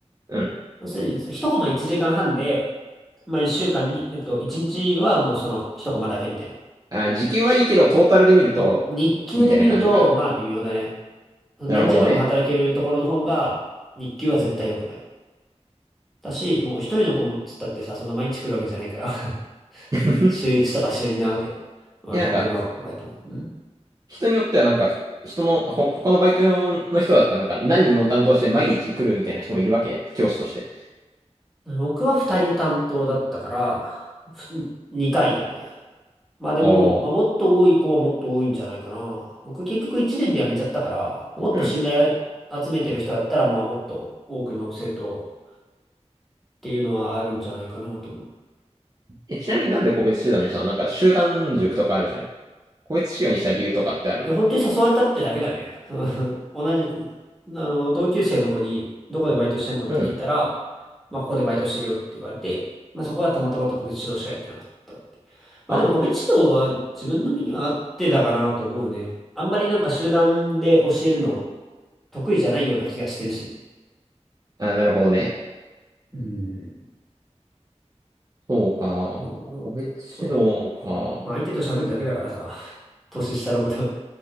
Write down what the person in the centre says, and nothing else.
要するにさ、その一コマ1時間半で、まあ、一週間に、えっと、一日はもうその一コマだけみたいな。
そう。日給で見ると、
まあ微妙だね。何時間も働けるところの方が、
日給は絶対良くなる。だし、もう一人の子もつったってさ、そんな毎日来るわけじゃないから <laughs>
週一とか週二なわけ。俺、
僕のバイトも。
うん
僕は二人担当だったから、ふ二回だね。まあでも、
まあ、もっと多い子はもっと多いんじゃないかな。僕結局1年で辞めちゃったから、もっと信頼集めてる人だったら、
まあもっと多くの生徒っていうのはあるんじゃないかなと思う。
いや、本当に誘われたってだけだね。<laughs> 同じ、あの、同級生の子に、どこでバイトしてんのって聞いたら、
まあここでバイトしてるよって言われて、まあそこはたまたまと個別指導しかやってなかったって。まあでも個別指導は自分の身には合ってたかなと思うね。
あんまりなんか集団で教えるの、得意じゃないような気がしてるし。
うん。
そうそう。
まあ相手と喋るだけだからさ、年下のこと。